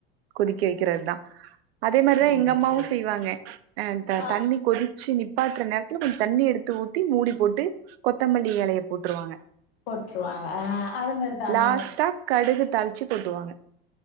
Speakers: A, on the right; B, on the left.
A: கொதிக்க வைக்கிறது தா அதே மாரிதா
B: ஓ
A: எங்க
B: ஓகே
A: அம்மாவு
B: ஓகே
A: செய்வாங்க அ
B: ஆ
A: தண்ணி கொதிச்சு நிப்பாட்டுற நேரத்துல கொஞ்ச தண்ணி எடுத்து ஊத்தி மூடி போட்டு கொத்தமல்லி எலைய போட்டுருவாங்க
B: போட்டுருவாங்க ஆ அது மாரிதா
A: லாஸ்டா
B: அது மாரி
A: கடுகு தாளிச்சு கொட்டுவாங்க